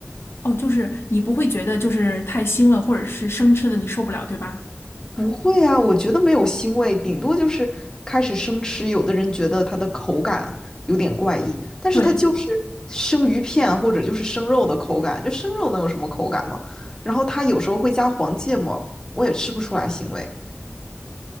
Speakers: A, on the left; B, on the left.
A: 哦，就是你不会觉得就是太腥了，或者是生吃的你受不了，对吧？
B: 不会啊，我觉得没有腥味，顶多就是开始生吃。有的人觉得它的口感有点怪异，但是它就是生鱼片或者就是生肉的口感，
A: 对。
B: 就生肉能有什么口感吗？然后它有时候会加黄芥末，我也吃不出来腥味。